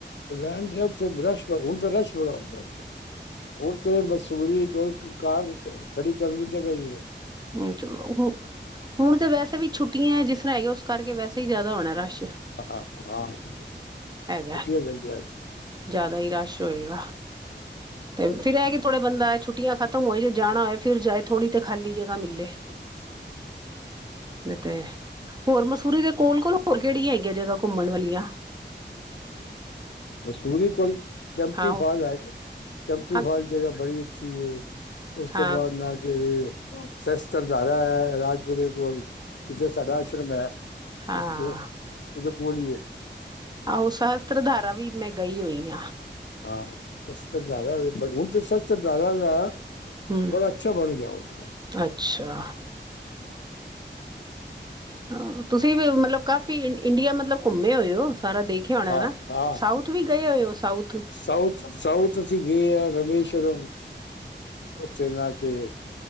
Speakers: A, on the left; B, on the right.
A: ਪਲੈਨ ਦਾ ਉਥੇ ਰਸ਼ ਤਾਂ ਬੁਹਤ, ਤਾਂ ਰਸ਼ ਬੜਾ ਹੁੰਦਾ ਉਥੇ ਹੁਣ ਤੇ ਬਸ ਉਹੀ ਕੋਲ ਕਾਰ ਖੜੀ ਕਰਨ ਦੀ ਜਗ੍ਹਾ ਨਹੀ ਹ
B: ਨਹੀਂ ਚਲੋ ਹੁ ਹੁਣ ਤੇ ਵੈਸੇ ਵੀ ਛੁੱਟੀਆਂ ਜਿਸ ਤਰ੍ਹਾਂ ਹੀ ਹੈਗੀ ਆ ਉਸ ਕਰਕੇ ਵੈਸੇ ਹੀ ਜ਼ਿਆਦਾ ਹੋਣਾ ਰਸ਼
A: ਹ ਆਹ ਛੁੱ
B: ਹੈਗਾ
A: ਛੁੱਟੀਆਂ ਪੈਂਦੀ ਆ
B: ਜ਼ਿਆਦਾ ਹੀ ਰਸ਼ ਹੋਏਗਾ। ਤੇ ਫੇਰ ਇਹ ਕਿ ਥੋੜਾ ਬੰਦਾ ਛੁੱਟੀਆਂ ਖਤਮ ਹੋਏ ਜੇ ਜਾਣਾ ਹੋਵੇ ਫਿਰ ਜਾਏ ਥੋੜ੍ਹੀ ਤੇ ਖਾਲੀ ਜਗ੍ਹਾ ਮਿਲੇ।
A: ਹ
B: ਤੇ ਹੋਰ ਮਸੂਰੀ ਦੇ ਕੋਲ ਕੋਲ ਹੋਰ ਕਿਹੜੀਆਂ ਹੈਗੀਆਂ ਜਗ੍ਹਾ ਘੁੰਮਣ ਵਾਲੀਆਂ
A: ਮਸੂਰੀ ਕੋਲ ਕੈਮਪਟੀ
B: ਹਾਂ ਉਹ
A: ਫਾਲ ਹੈ ਕੈਮਪਟੀ
B: ਹਾਂ
A: ਫਾਲ ਜਗ੍ਹਾ ਬੜੀ ਅੱਛੀ ਹੈ ਉਸ
B: ਹਾਂ
A: ਤੋਂ ਬਾਅਦ ਨਾ ਕਿ ਸਸਤਰਦਾਰਾ ਹੈ ਰਾਜਪੁਰੇ ਕੋਲ ਜਿੱਥੇ ਸਾਡਾ ਆਸ਼ਰਮ ਹੈ।
B: ਹਾਂ
A: ਉਸ ਤੋਂ ਉਦੇ ਕੋਲ ਹੀ ਹੈ
B: ਆਹੋ ਸ਼ਸਤਰਧਾਰਾ ਵੀ ਮੈਂ ਗਈ ਹੋਈ ਹਾਂ
A: ਸਸਤਧਾਰਾ ਵੇ ਪਰ ਹੁਣ ਸਸਤਧਾਰਾ ਦਾ
B: ਹਮ
A: ਬੜਾ ਅੱਛਾ ਬਣ ਗਿਆ ਉੱਥੇ
B: ਅੱਛਾ ਹਾਂ ਤੁਸੀਂ ਵੀ ਮਤਲਬ ਕਾਫੀ ਇੰਡੀਆ ਮਤਲਬ ਘੁੰਮੇ ਹੋਏ ਹੋ ਸਾਰਾ ਦੇਖਿਆ ਹੋਉਣਾ
A: ਹਾਂ
B: ਨਾ
A: ਹਾਂ
B: ਸਾਊਥ ਵੀ ਗਏ ਹੋਏ ਹੋ ਸਾਊਥ
A: ਸਾਊਥ ਸਾਊਥ ਅਸੀਂ ਗਏ ਆ ਰਮੇਸ਼ਵੁਰਮ ਉੱਥੇ ਨਾ ਕੇ